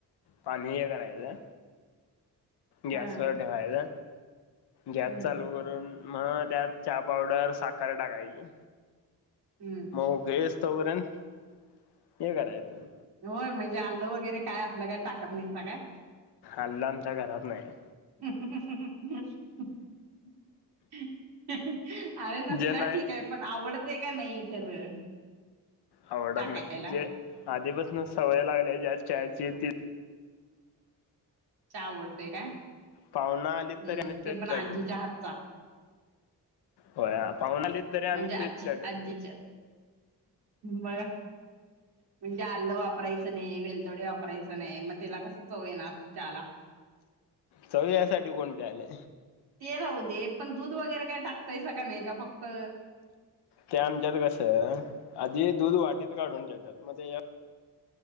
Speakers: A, on the left (about 75°); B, on the right (about 70°).
A: पाणी हे करायचं. गॅसवर
B: हा
A: ठेवायचा, गॅस
B: हम्म
A: चालू करून. मग त्यात चहा पावडर साखर टाकायची.
B: हम्म
A: मग उकळी येऊ पर्यंत हे करायचं.
B: होय म्हणजे आलं वगैरे काय असलं काय टाकत नाहीसा काय.
A: अल्ल आमच्या घरात नाही.
B: <unintelligible> अरे नसल्यावर
A: जे नाही
B: ठीक आहे, या पण आवडते का नाही खरं.
A: आवडत
B: टाकायला
A: नाही, जे आधीपासून सवय लागल्या ज्या चहाची ती.
B: चहा आवडतोय काय?
A: पाहुन आली
B: हम्म
A: तरी आम्ही
B: ते
A: तेच
B: पण
A: चहा
B: आजीच्या
A: करतो.
B: हातचा
A: होय, पाहुन आलीत तरी
B: म्हणजे
A: आम्ही
B: आजी
A: तोच चहा देतोय.
B: आजीच्या बघा. म्हणजे आलं वापरायचं नाही, वेलतोडे वापरायच नाही, मग त्याला कस चव येणार चहाला.
A: चव यासाठी कोण प्यालय.
B: ते राहू दे पण दूध वगैरे काय टाकतायस का नाही, का फक्त.
A: त्या आमच्यात कस, आधी दूध वाटीत काढून ठेवतात, मग तेज्या